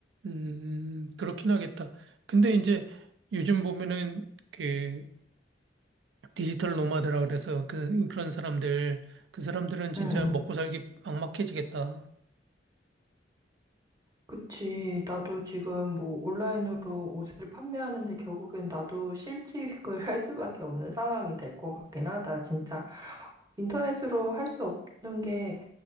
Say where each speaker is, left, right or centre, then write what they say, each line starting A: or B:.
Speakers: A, on the right; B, on the right.
A: 음, 그렇긴 하겠다. 근데 이제 요즘 보면은 그 디지털 노마드라 그래서 그, 그런 사람들, 그 사람들은 진짜
B: 응, 응.
A: 먹고 살기 막막해지겠다.
B: 그치. 나도 지금 뭐 온라인으로 옷을 판매하는데 결국엔 나도 실직을 <laughs> 할 수밖에 없는 상황이 될 것 같긴 하다. 진짜 인터넷으로 할 수 없는 게